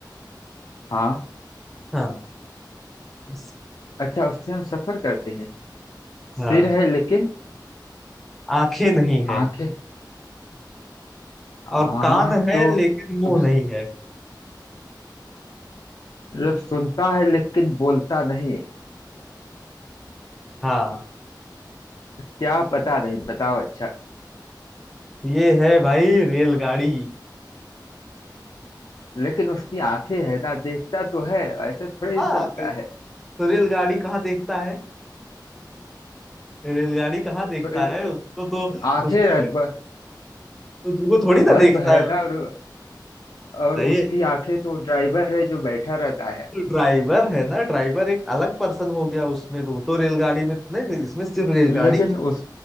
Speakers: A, on the left; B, in the centre.
A: हाँ
B: हाँ इस-
A: अच्छा उससे हम सफर करते हैं
B: हाँ
A: सिर है लेकिन
B: आंखें नहीं है
A: आंखें हाँ
B: और कान है
A: तो
B: लेकिन मुंह
A: अब
B: नहीं है
A: मतलब सुनता है लेकिन बोलता नहीं
B: हाँ
A: क्या पता नहीं बताओ अच्छा
B: ये है भाई रेलगाड़ी
A: लेकिन उसकी आंखें है ना देखता तो है ऐसे थोड़े
B: हाँ
A: ही चलता
B: कि-
A: है
B: तो रेलगाड़ी कहाँ देखता है रेलगाड़ी कहाँ देखता
A: पर
B: है उसको तो
A: आंखें
B: उसको
A: रह, ब-
B: तो वो थोड़ी ना
A: बल्ब
B: देखता
A: है
B: है
A: ना और, और
B: सही
A: उसकी
B: है।
A: आंखें तो ड्राइवर है जो बैठा रहता है
B: ड्राइवर है ना ड्राइवर एक अलग पर्सन हो गया उसमें वो तो रेलगाड़ी में नहीं इसमें सिर्फ रेलगाड़ी
A: लेकिन
B: की
A: उस